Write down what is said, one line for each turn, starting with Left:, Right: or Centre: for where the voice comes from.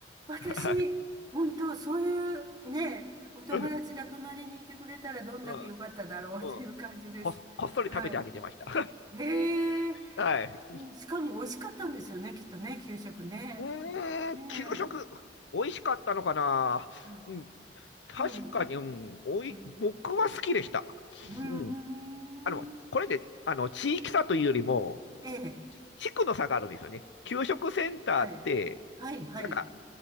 Right: 私、
Left: はい。
Right: 本当、そういうね、お友達が隣にいてくれたらどんだけ良かっただろうという感じです。
Left: うん、うん、うん。こっ、こっそり食べてあげてました。
Right: はい。へえ。
Left: <laughs> はい。
Right: うんしかも美味しかったんですよね、きっとね、給食ね。
Left: う
Right: ねえ。
Left: ーん、給食、美味しかったのかな。
Right: はい
Left: うん、確かに、
Right: うん。
Left: うん、おい、
Right: うん。
Left: 僕は好きでした。
Right: うん。
Left: うん。あの、これで、あの、地域差というよりも、
Right: ええ。
Left: 地区の差があるんですよね。給食センターって、
Right: はい。はい、はい。
Left: なんか、